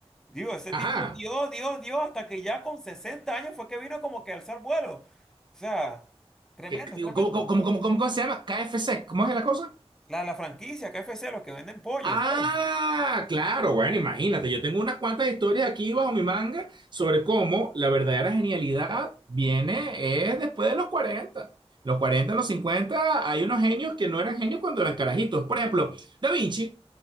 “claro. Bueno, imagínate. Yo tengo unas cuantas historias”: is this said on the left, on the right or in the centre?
Right